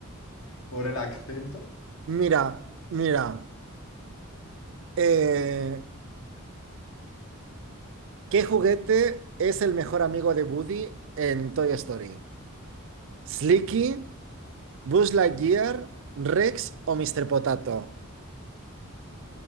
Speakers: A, on the left; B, on the right.
A: por el acento.
B: Mira, mira. eh, ¿qué juguete es el mejor amigo de Woody en Toy Story? ¿Slinky, Buzz Lightyear, Rex o Mr. Potato?